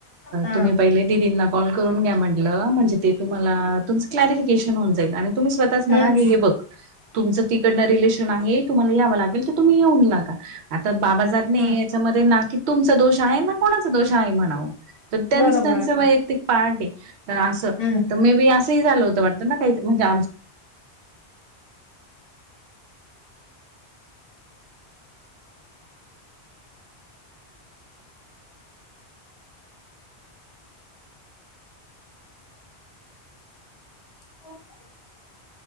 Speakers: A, on the left; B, on the right.
A: हा
B: तुम्ही पहिले दीदींना कॉल करून घ्या म्हटलं म्हणजे ते तुम्हाला तुमचं क्लॅरिफिकेशन होऊन जाईल आणि तुम्ही स्वतःच
A: हम्म
B: म्हणाल हे बघ तुमचं तिकडनं रिलेशन आहे तुम्हाला यावं लागेल तर तुम्ही येऊन लागा आता बाबा जात
A: हम्म.
B: नाहीयेत.
A: हा.
B: त्याच्यामधेना की तुमचा दोष आहे ना कोणाचा दोष आहे म्हणाव तर त्यांच
A: बरोबर
B: त्यांच वैयक्तिक पार्ट ये तर असं
A: हम्म
B: तर मेबी असंही झालं होतं वाटत ना काही म्हणजे आम
A: <inaudible>